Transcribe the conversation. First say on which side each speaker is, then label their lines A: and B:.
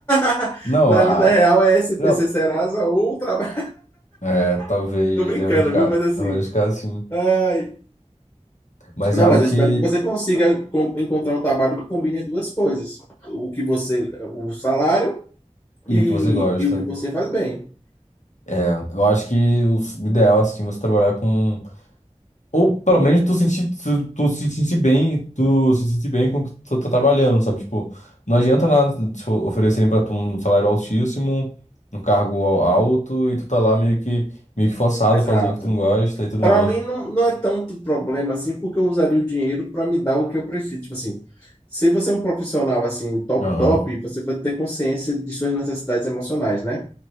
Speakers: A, on the left (about 25°); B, on the left (about 80°).
A: <laughs>
B: Não,
A: Na
B: a...
A: vida real é SPC
B: não.
A: Serasa ou trabalho.
B: É, talvez,
A: <laughs> Tô brincando,
B: em alguns casos,
A: viu? Mas assim.
B: na maioria dos casos, sim.
A: ai,
B: Mas
A: Não,
B: é algo
A: mas eu
B: que.
A: espero que você consiga com- encontrar um trabalho que combine as duas coisas. O que você, o salário
B: E
A: e,
B: o que você gosta.
A: e o que você faz bem.
B: É, eu acho que o s- o ideal, assim, é você trabalhar com. Ou pelo menos tu sentir, tu, tu se sentir bem, tu se sentir bem com o que tu tá trabalhando, sabe? Tipo, não adianta nada te o- oferecerem pra tu um salário altíssimo, um cargo al- alto, e tu tá lá meio que, meio que forçado
A: Exato.
B: fazendo o que tu não gosta e tudo
A: Para
B: mais.
A: mim não, não é tanto problema assim, porque eu usaria o dinheiro para me dar o que eu preciso. Tipo assim, se você é um profissional assim top
B: Aham.
A: top, você vai ter consciência de suas necessidades emocionais, né?